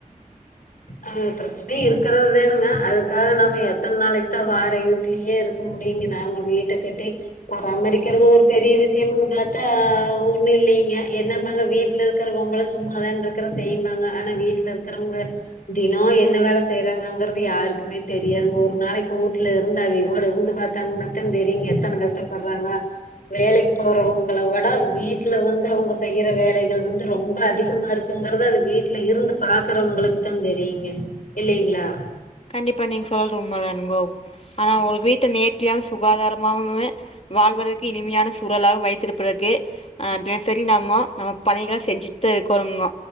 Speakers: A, on the left (about 80°); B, on the left (about 50°).
A: அ பிரச்சன இருக்கறதுதானுங்க அதுக்காக நம்ம எத்தன் நாளைக்குதா வாடகை வீட்லியேருக் க்க முடியுங்க நாம வீட்ட கட்டே பராமரிக்கிறது ஒரு பெரிய விஷ்யம்னு பாத்தா ஒன்னு இல்லிங்க என்னம்பாங்க வீட் வீட்ல இருக்கற பெம்பள சும்மாதான்ருக்கற செய்யிம்பாங்க ஆனா வீட்ல இருக்கறவுங்க தினோ என்ன வேல செய்றாங்கங்கறது யாருக்குமே தெரியாதுங்க ஒரு நாளைக்கு வூட்ல இருந்து அவிக கூட இருந்து பாத் தாங்னாத்தாந் தெரியுங்க எத்தன கஷ்டப்பர்றாங்க வேலைக் போறவுங்கள விட வீட்ல வந்து அவுங்க செய்யற வேலைகள் வந்து ரொம்ப அதிகமாருக் குங்கறத அது வீட்ல இருந்து பாக்கறவுங்குளுக்குதாந் தெரியுங்க இல்லிங்ளா
B: கண்டிப்பா நீங்க சொல்ற உண்மதானுங்கோ ஆனா ஒரு வீட்ட நேற்றியாவு சுகாதாராமாமுமுமே வாழ்வதற்கு இனிமையான சூழலாக வைத்திருப்பதற்கே அ டினசரி நம்மோ நம்ம பணிகள செஞ்சிட்தா இருக்கோனும்ங்கோ